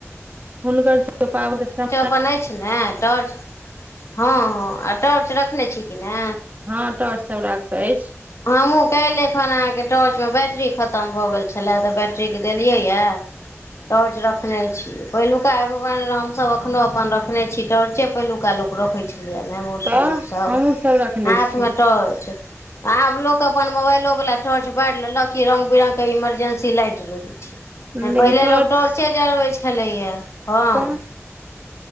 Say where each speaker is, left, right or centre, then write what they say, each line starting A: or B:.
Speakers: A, on the right; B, on the left.
A: हुनकर सबके पाबैन के संग
B: पन अछि ने टॉर्च हँ -हँ आ टॉर्च रखने छी कि ने?
A: हँ टॉर्च सब राखक ऐछ।
B: हमहूँ कैले खन अहाँके टोर्च मे बैटरी खत तम भऽ गेल छलए तऽ बैट्रीक देलियै यऽ। टॉर्च रखने छी, पहिलुका एगो अनलौं हम सब अखनो अपन रखने छी, टाॅर्चे पहिलुका लोक रख रखै छलैये ने बुढ़सूर
A: तऽ
B: लोक सब
A: हमहुँ रखने
B: हाथ
A: छी
B: में टॉर्च। आब लोक अपन मोबाइलों बला टॉर्च बैर लेलक, कि रंगगश बिरंग के इमरजेंसी लाइट रहै छै। नै
A: लेकिन
B: पहिले
A: टॉर्च
B: लोक टॉर्चे जरबै छलैया हंऽ।
A: तऽ